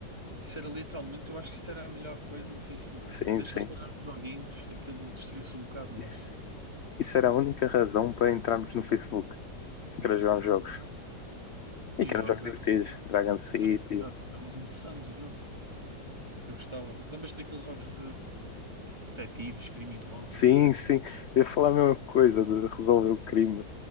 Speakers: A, on the right (about 15°); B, on the left (about 65°).
A: isso era literalmente, eu acho que isso era a melhor coisa do Facebook.
B: Sim,
A: Desde
B: sim.
A: que eles tiraram os joguinhos, aquilo destruiu-se um bocado, não
B: Isso,
A: acho?
B: isso era a única razão para entrarmos no Facebook, que era jogar uns jogos. E
A: E
B: que
A: os
B: eram
A: jogos
B: jogos divertidos.
A: é
B: Dragon City.
A: Exato, exato. Eram insanos os jogos. Eu gostava. Lembras-te daqueles jogos de detetives, criminosos
B: Sim,
A: e coisas
B: sim.
A: do género?
B: Eu ia falar a mesma coisa de resolver o crime.